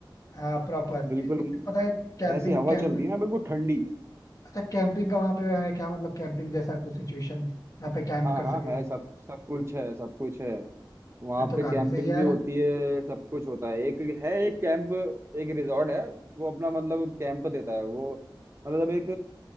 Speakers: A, on the left; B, on the right.
A: हाँ प्रॉपर
B: बिल्कुल
A: इनफैक्ट पता है कैंपिंग
B: ऐसी हवा
A: कैंप
B: चलती है ना बिल्कुल ठंडी
A: अच्छा कैंपिंग का वहाँ पे है क्या मतलब कैंपिंग जैसा कुछ सिचुएशन यहाँ पे कैंप
B: हाँ
A: कर
B: हाँ
A: सके
B: है सब सब कुछ है सब कुछ है वहाँ
A: फिर तो
B: पे
A: काफी
B: कैंपिंग
A: सही है यार
B: भी होती है सब कुछ होता है एक है एक कैंप एक रिजॉर्ट है वो अपना मतलब कैंप देता है वो मतलब एक